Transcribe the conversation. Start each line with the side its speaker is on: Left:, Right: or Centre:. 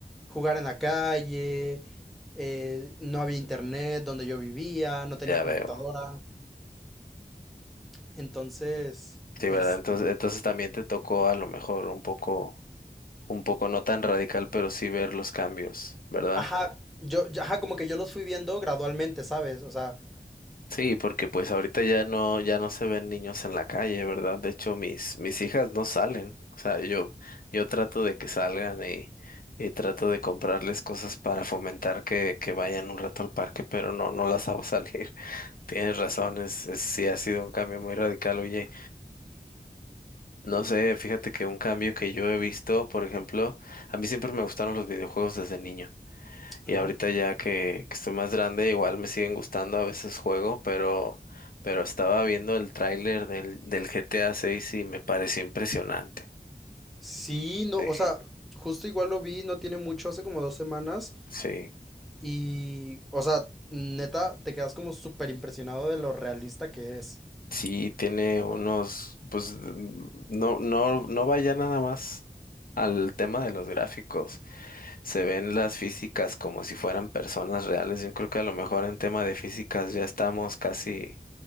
Centre: jugar en la calle, eh, no había internet donde yo vivía, no tenía
Left: ya
Centre: computadora.
Left: veo.
Centre: Entonces,
Left: Sí,
Centre: es...
Left: ¿verdad? Entonces, entonces también te tocó a lo mejor un poco, un poco no tan radical, pero sí ver los cambios, ¿verdad?
Centre: Ajá, yo, yo- ajá, como que yo los fui viendo gradualmente, ¿sabes? O sea,
Left: Sí, porque pues ahorita ya no, ya no se ven niños en la calle, ¿verdad? De hecho, mis, mis hijas no salen. O sea, yo, yo trato de que salgan y, y trato de comprarles cosas para fomentar que, que vayan un rato al parque, pero no, no las hago salir. <laughs> Tienes razón, es, es- sí ha sido un cambio muy radical, oye. No sé, fíjate que un cambio que yo he visto, por ejemplo, a mí siempre me gustaron los videojuegos desde niño. Y
Centre: ajá.
Left: ahorita ya que, que estoy más grande, igual me siguen gustando, a veces juego, pero, pero estaba viendo el tráiler del, del GTA 6 y me pareció impresionante.
Centre: Sí, no,
Left: Sí,
Centre: o sea, justo igual lo vi, no tiene mucho, hace como dos semanas,
Left: sí,
Centre: y, o sea, neta, te quedas como súper impresionado de lo realista que es.
Left: sí tiene unos, pues mm, no, no, no vaya nada más al tema de los gráficos. se ven las físicas como si fueran personas reales. Yo creo que a lo mejor en tema de físicas ya estamos casi